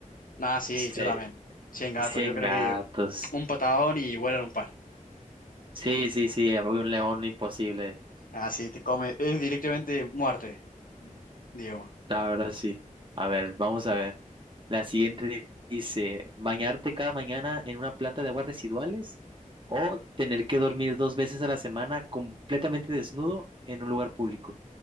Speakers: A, on the left; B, on the right.
A: Nada, sí,
B: Sí,
A: yo también. cien gatos,
B: 100
A: yo creo
B: gatos.
A: que un patadón y vuelan un par.
B: Sí, sí, sí, había un león imposible.
A: Ah, sí, te come. Es directamente muerte, digamos.
B: La verdad, sí. A ver, vamos a ver. La siguiente dice, ¿bañarte cada mañana en una planta de aguas residuales o tener que dormir dos veces a la semana completamente desnudo en un lugar público?